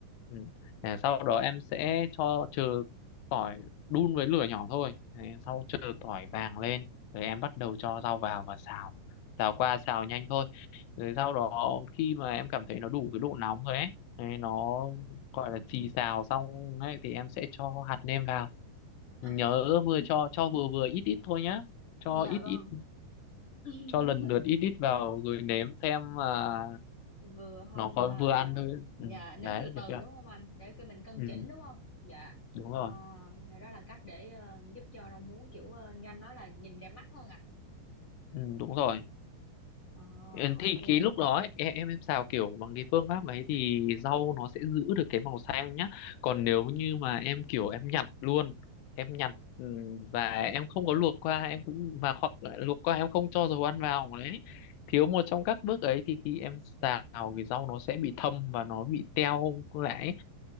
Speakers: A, on the left; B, on the left.
A: ừ, à, sau đó em sẽ cho chờ tỏi đun với lửa nhỏ thôi Đấy, sau chờ tỏi vàng lên rồi em bắt đầu cho rau vào và xào xào qua xào nhanh thôi rồi sau đó khi mà em cảm thấy nó đủ cái độ nóng rồi ấy đấy, nó gọi là xì xào xong ấy, thì em sẽ cho hạt nêm vào nhớ
B: à,
A: vừa cho cho vừa vừa ít ít thôi nhá cho
B: dạ
A: ít
B: vâng,
A: ít
B: <laughs>
A: cho lần lượt ít ít vào rồi nếm xem mà
B: vừa không,
A: nó có
B: à,
A: vừa ăn
B: gọi là,
A: thôi ừ.
B: dạ, nếm
A: đấy
B: từ
A: được
B: từ
A: chưa
B: đúng không anh, để cái mình cân
A: ừ.
B: chỉnh đúng không, dạ,
A: đúng rồi
B: à, thành ra đó là cách để ờ, giúp cho rau muống kiểu ờ, như anh nói là nhìn đẹp mắt hơn à,
A: ừ, đúng rồi
B: à,
A: Ừ,
B: ok,
A: thì cái lúc đó ấy, em em em xào kiểu bằng cái phương pháp ấy thì rau nó sẽ giữ được cái màu xanh nhá còn nếu như mà em kiểu em nhặt luôn em nhặt ừ, và em không có luộc qua em cũng và hoặc là luộc qua em không cho dầu ăn vào đấy thiếu một trong các bước ấy thì khi em xào thì rau nó sẽ bị thâm và nó bị teo lại ấy.